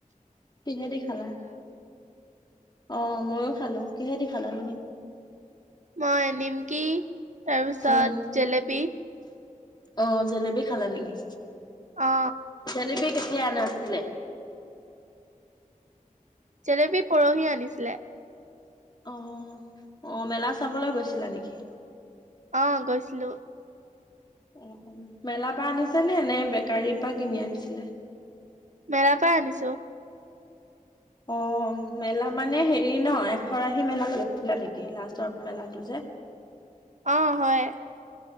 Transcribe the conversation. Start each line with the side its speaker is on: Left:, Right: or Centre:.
Left: কিহে দি খালা অ মইও খালো কিহেদি খালা তুমি?
Right: মই নিমকি তাৰপিছত
Left: উম
Right: জেলেপী
Left: অ জেলেপী খালা নেকি
Right: অ
Left: জেলেপী কেতিয়া আনা আছিলে
Right: জেলেপী পৰহি আনিছিলে
Left: অ আহ মেলা চাবলৈ গৈছিলা নেকি
Right: অ গৈছিলো
Left: অ মেলাৰ পৰা আনিছে নে নে বেকাৰীৰ পৰা কিনি আনিছিলে
Right: মেলা পৰা আনিছো
Left: অ মেলা মানে হেৰি ন এশৰাশী মেলা গৈছিলা নেকি লাষ্টৰ মেলাটো যে
Right: অ হয়